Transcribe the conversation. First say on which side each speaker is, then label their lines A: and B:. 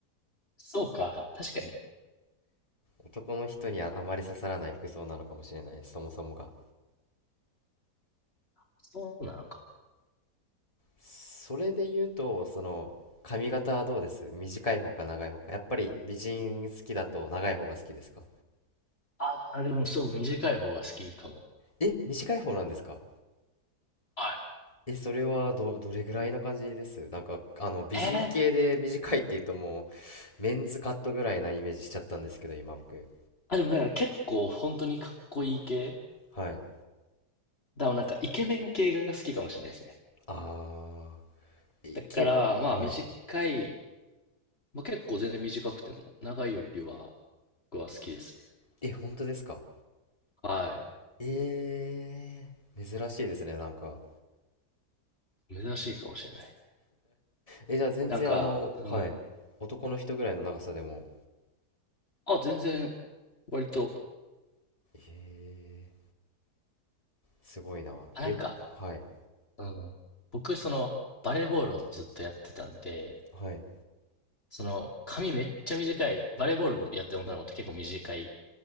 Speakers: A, on the left; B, on the left.
A: そうか、確かに。
B: 男の人にはあまり刺さらない服装なのかもしれない、そもそもが。
A: そうなのか。
B: それで言うと、その、髪型はどうです短い方か長い方か。やっぱり美人好きだと長い方が好きですか
A: ああ、でもそう、短い方が好きかも。
B: え、短い方なんですか
A: はい。
B: え、それはど、どれぐらいな感じですなんか、あの、美人系で短いっていうともう、
A: えー、
B: メンズカットぐらいなイメージしちゃったんですけど、今僕。
A: あ、でもだから結構本当にかっこいい系
B: はい。
A: だからなんかイケメン系が好きかもしれないですね。
B: あいけ、
A: だから、まあ短い
B: はい。
A: まあ、結構全然短くても、長いよりは僕は好きですね。
B: え、本当ですか
A: はい。
B: えー、珍しいですね、なんか。
A: 珍しいかもしれない。
B: え、じゃあ全然あの、
A: なんか、うん。
B: はい。男の人ぐらいの長さでも。
A: あ、全然、割と、
B: えー、すごいな。
A: あ、
B: え、
A: なんか、
B: はい、
A: うん。僕、その、バレーボールをずっとやってたんで、
B: はい。
A: その、髪めっちゃ短い、バレーボールやってる女の子って結構短い